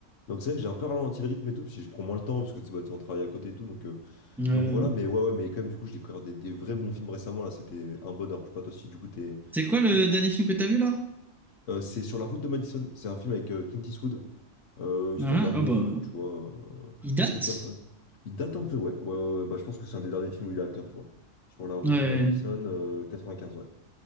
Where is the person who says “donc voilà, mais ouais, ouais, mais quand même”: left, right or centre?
Left